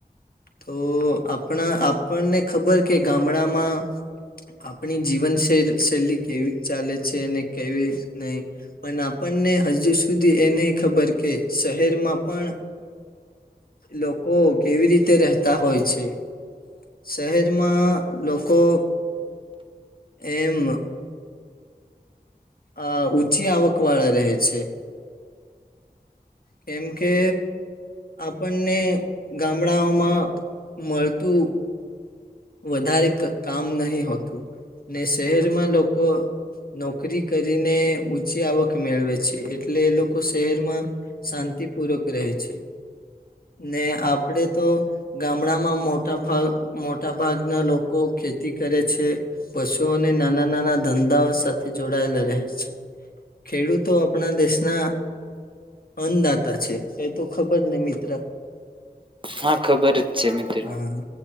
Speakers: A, on the left (about 65°); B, on the right (about 30°).
A: તો આપણા આપણને ખબર કે ગામડામાં આપણી જીવન શેલી શૈલી કેવી ચાલે છે એને કેવી નહી પણ આપણને હજુ સુધી એ નહી ખબર કે શહેરમાં પણ લોકો કેવી રીતે રહેતા હોય છે શહેરમાં લોકો એમ અ ઊંચી આવક વાળા રહે છે કેમ કે આપણને ગામડાઓમાં મળતું વધારે કામ નહી હોતું ને શહેરમાં લોકો નોકરી કરીને ઊંચી આવક મેળવે છે એટલે એ લોકો શહેરમાં શાંતિ પૂર્વક રહે છે ને આપડે તો ગામડામાં મોટા ભાગા મોટા ભાગના લોકો ખેતી કરે છે પશુઓને નાના નાના ધંધાઓ સાથે જોડાય <unintelligible> ખેડૂતો આપણા દેશના અન્નદાતા છે એ તો ખબર ને મિત્ર
B: હા ખબર જ છે મિત્ર
A: હા